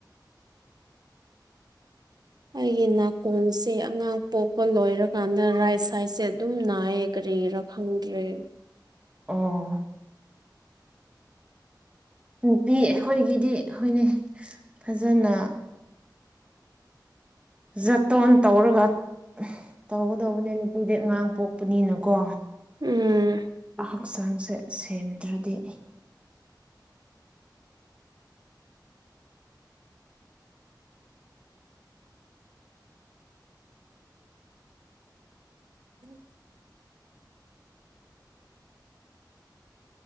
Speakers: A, on the right (about 60°); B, on the right (about 15°).
A: ꯑꯩꯒꯤ ꯅꯥꯛ ꯈꯣꯡꯁꯦ ꯑꯉꯥꯡ ꯄꯣꯛꯄ ꯂꯣꯏꯔꯀꯥꯟꯗ ꯔꯥꯏꯠ ꯁꯥꯏꯠꯁꯦ ꯑꯗꯨꯝ ꯅꯥꯏꯌꯦ ꯀꯔꯤꯔꯥ ꯈꯪꯗ꯭ꯔꯦ <unintelligible>
B: ꯑꯣ ꯅꯨꯄꯤ ꯑꯩꯈꯣꯏꯒꯤꯗꯤ ꯍꯣꯏꯅꯦ ꯐꯖꯅ ꯖꯣꯇꯣꯟ ꯇꯧꯔꯒ ꯇꯧꯒꯗꯧꯕꯅꯦ ꯅꯨꯄꯨꯗꯤ ꯉꯥꯡ ꯄꯣꯛꯄꯅꯤꯅꯀꯣ
A: ꯎꯝ
B: ꯍꯛꯆꯥꯡꯁꯦ ꯁꯦꯟꯗ꯭ꯔꯗꯤ
A: ꯎꯝ